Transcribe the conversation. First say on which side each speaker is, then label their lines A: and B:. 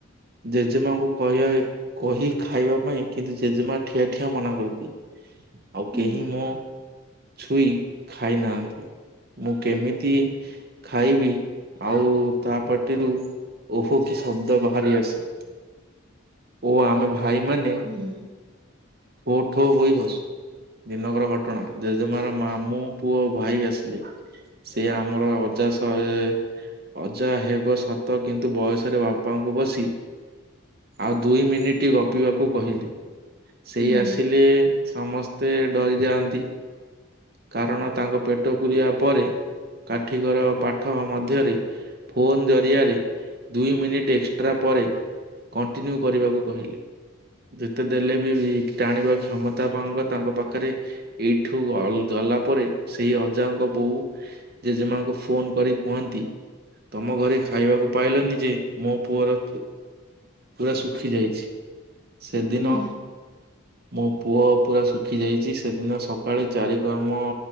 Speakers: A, on the right (about 45°); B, on the right (about 25°).
A: ଜେଜେମାଙ୍କୁ କହିବା କହି ଖାଇବା ପାଇଁ କିନ୍ତୁ ଜେଜେମା ଠିଆ ଠିଆ ମନା କରନ୍ତି। ଆଉ
B: ହୁଁ
A: କେହି ମୋ ଛୁଇ ଖାଇ ନାହାନ୍ତି ମୁଁ କେମିତି ଖାଇବି ଆଉ ତା ପାଟିରୁ ଓହୋ କି ଶବ୍ଦ ବାହାରି ଆସେ ଓ ଆମେ ଭାଇ ମାନେ
B: ହୁଁ
A: ଠୋ ଠୋ ହୋଇ ହସୁ। ଦିନକର ଘଟଣା ଜେଜେମାର ମାମଁ ପୁଅ ଭାଇ ଆସିଲେ ସେ ଆ ଆମର ଅଜା ଶହେ ଅଜା ହେବ ସତ କିନ୍ତୁ ବୟସରେ ବାପାଙ୍କୁ ବସି ଆଉ ଦୁଇ ମିନିଟ୍ ଗପିବାକୁ କହିଲେ। ସେଇ
B: ହୁଁ
A: ଆସିଲେ ସମସ୍ତେ ଡରିଯାଆନ୍ତି। କାରଣ ତାଙ୍କ ପେଟ ପୂରିବା ପରେ କାଠିିକର ପାଠ ମଧ୍ୟରେ ଫୋନ୍ ଜରିଆରେ ଦୁଇ ମିନିଟ୍ ଏକ୍ସଟ୍ରା ପରେ କଣ୍ଟିନ୍ୟୁ କରିବାକୁ କହିଲେ। ଯେତେ ଦେଲେ ବି ଟାଣିବା କ୍ଷମତାପଙ୍କ ତାଙ୍କ ପାଖରେ ଏଇଠୁ ଅଲ ଗଲା ପରେ ସେଇ ଅଜାଙ୍କ ବୋଉ ଜେଜେମାଙ୍କୁ ଫୋନ କରି କୁହନ୍ତି। ତମ ଘରେ ଖାଇବାକୁ ପାଇଲାନିି ଯେ ମୋ ପୁଅର ପୁରା ଶୁଖି ଯାଇଛି। ସେଦିନ
B: ହୁଁ
A: ମୋ ପୁଅ ପୁରା ଶୁଖି ଯାଇଚି ସେଦିନ ସକାଳେ ଚାରି <unintelligible> କର୍ମ